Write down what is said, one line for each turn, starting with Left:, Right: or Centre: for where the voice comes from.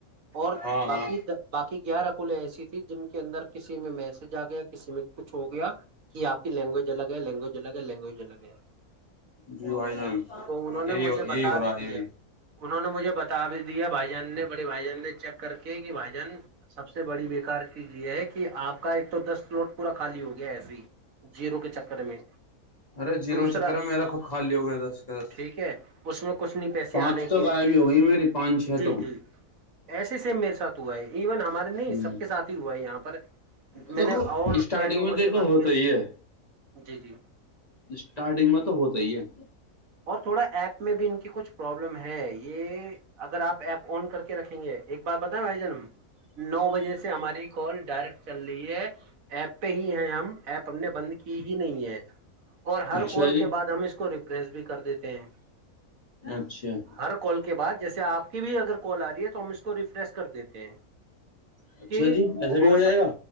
Right: اور
Left: ہاں
Right: باقی
Left: ہاں
Right: باقی گیارہ اکوولے ایسی تھی جن کے اندر کسی میں میسج آ گیا کسی میں کچھ ہو گیا کہ آپ کی لینگویج الگ ہے لینگویج الگ ہے لینگویج الگ ہے
Left: جان
Right: تو انہوں نے
Left: یہی
Right: مجھے
Left: یہی
Right: بتا
Left: ہو رہا
Right: بھی
Left: ہے یہی
Right: دیا انہوں نے مجھے بتا بھی دیا بھائی جان نے بڑے بھائی جان نے چیک کر کے کہ بھائی جان سب سے بڑی بےیکار چیز یہ ہے کہ آپ کا ایک تو دس فلٹ پورا خالی ہو گیا ایسے ہی زیرو کے چکر میں
Left: ارے جییرو
Right: دوسرا
Left: چکر ہے میرا خود کھا لیا ہو گیا دس کے دس
Right: ٹھیک ہے اس میں کچھ نہیں پیسے
Left: پانچ
Right: آنے
Left: تو
Right: کے
Left: غائب ہی ہو گئی میری پانچ چھ
Right: جی
Left: تو
Right: جی ایسے سیم میرے ساتھ ہوا ہے ایون ہمارے
Left: ہوں
Right: نہیں سب کے ساتھ ہی ہوا ہے یہاں پر
Left: دیکھو
Right: میں نے اور
Left: اسٹارٹنگ
Right: کئی لوگوں
Left: میں دیکھو
Right: سے بات
Left: ہوتا
Right: کیا
Left: ہی ہے
Right: جی جی
Left: اسٹارٹنگ میں تو ہوتا ہی ہے
Right: اور تھوڑا ایپ میں بھی ان کی کچھ پرابلم ہے یہ اگر آپ ایپ آن کر کے رکھیں گے ایک بار بتائیں بھائی جان نو بجے سے ہماری کال ڈائریکٹ چل رہی ہے ایپ پہ ہی ہیں ہم ایپ ہم نے بند کی ہی نہیں ہے اور ہر
Left: اچھا
Right: کال
Left: جی
Right: کے بعد ہم اس کو ریپریس بھی کر دیتے ہیں
Left: اچھا
Right: ہر کال کے بعد جیسے آپ بھی اگر کال آ رہی ہے تو ہم اس کو ریفریش کر دیتے ہیں
Left: اچھا
Right: کہ
Left: جی ایسا بھی
Right: ہو
Left: جائے
Right: سک
Left: گا